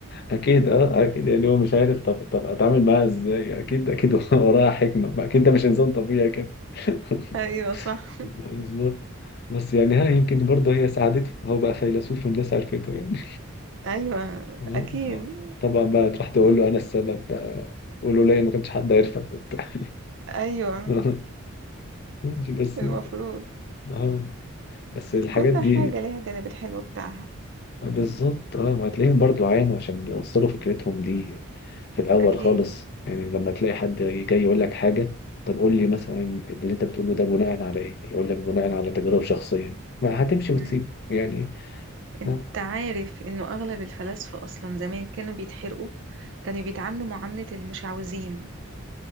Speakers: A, on the left (about 50°); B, on the right (about 55°).
A: اكيد اه اكيد يعني هو مش عارف طب طب اتعامل معاها ازاي اكيد اكيد <laughs> وراها حكمه ما اكيد ده مش انسان طبيعي كده <laughs>
B: أيوة صح
A: بالظبط بس يعني ها يمكن برضه هي ساعدته هو بقى فيلسوف والناس عرفته يعني
B: أيوة
A: آه.
B: أكيد
A: طبعا بقى تروح تقول له انا السبب بقى قولوا ليا ما كانش حد عارفك وبتاع
B: أيوة
A: <laughs> ماشي، بس
B: المفروض
A: اه بس الحاجات
B: كل
A: دي
B: حاجة ليها الجانب الحلو بتاعها
A: بالظبط اه وهتلاقيهم برضو عانوا عشان يوصلوا فكرتهم دي في الاول
B: أكيد
A: خالص يعني لما تلاقي حد جاي يقول لك حاجه طب قول لي مثلا اللي انت بتقوله ده بناء على ايه يقول لك بناء على تجارب شخصيه ما هتمشي وتسيب
B: مم.
A: يعني
B: انت
A: اه
B: عارف انه اغلب الفلاسفة اصلا زمان كانوا بيتحرقوا كانوا بيتعاملوا معاملة المش عاوزين